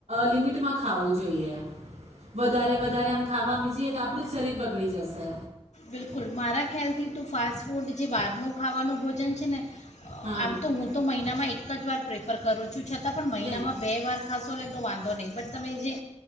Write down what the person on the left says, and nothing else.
બિલકુલ મારા ખ્યાલથી તું ફાસ્ટ ફૂડ જે બહારનું ખાવાનું ભોજન છે ને
આમ તો હું તો મહિનામાં એક એક જ વાર પ્રેફર કરું છું. પછ છતાં પણ મહિનામાં
બે વાર ખાસ ને તો વાંધો નહીં પણટ તમે જે